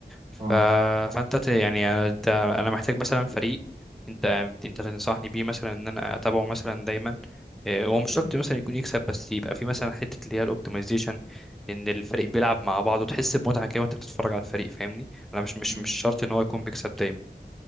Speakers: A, in the centre; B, on the right.
A: ف...
B: اه
A: فانت ت... يعني انت... انا محتاج مثلا فريق انت انت تنصحني بيه مثلا ان انا اتابعه مثلا دايما آه، هو مش شرط
B: مم.
A: مثلا يكون يكسب بس يبقى في مثلا حته اللي هي الاوبتمايزيشن ان الفريق بيلعب مع بعض وتحس بمتعه كده وانت بتتفرج على الفريق فاهمني انا مش مش
B: مم.
A: مش شرط ان هو يكون بيكسب دايما